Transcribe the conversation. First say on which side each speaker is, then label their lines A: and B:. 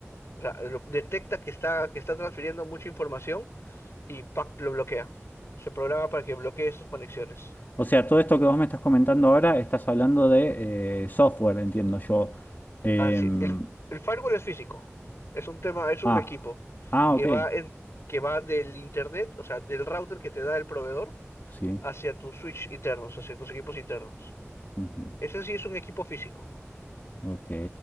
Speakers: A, on the left; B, on the left.
A: O sea, lo- detecta que está, que está transfiriendo mucha información y ¡pac! lo bloquea. Se programa para que bloquee esas conexiones.
B: O sea, todo esto que vos me estás comentando ahora, estás hablando de eh, software, entiendo yo. Em,
A: Así, el, el firewall es físico. Es un tema, es
B: ah,
A: un equipo
B: ah,
A: que
B: ok,
A: va en- que va del internet, o sea, del router que te da el proveedor
B: sí.
A: hacia tus switch internos, hacia tus equipos internos.
B: ujú.
A: Ese sí es un equipo físico,
B: Ok.